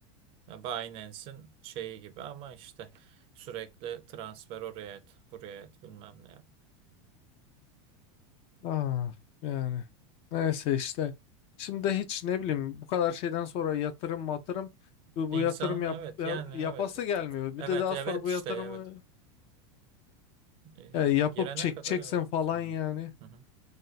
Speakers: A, on the right; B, on the left.
A: Ya Binance'in şeyi gibi ama işte sürekli transfer oraya et, buraya et bilmem ne yap.
B: Ah yani neyse işte. Şimdi de hiç ne bileyim bu kadar şeyden sonra yatırım matırım bu,
A: İnsanın
B: bu yatırım yap,
A: evet
B: ya-
A: yani
B: yapası
A: evet
B: gelmiyor.
A: evet
B: Bir de daha
A: evet
B: sonra bu
A: işte
B: yatırımı
A: evet E,
B: ya, yapıp
A: girene
B: çekeceksin
A: kadar evet
B: falan
A: insan
B: yani.
A: evet. Hı hı.